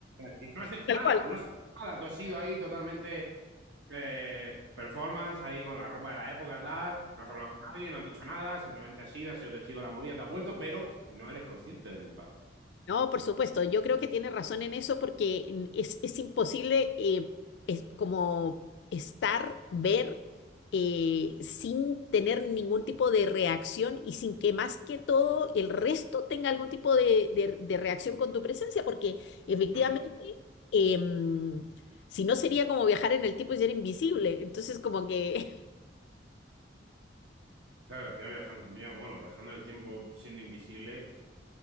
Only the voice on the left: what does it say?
tal
cual.
No, por supuesto, yo creo que tiene razón en eso porque mm, es, es imposible eh, es como estar, ver, eh, sin tener ningún tipo de reacción y sin que más que todo el resto tenga algún tipo de, de- de reacción con tu presencia, porque efectivamente,
eh, mm, si no sería como viajar en el tiempo y ser invisible, entonces como que,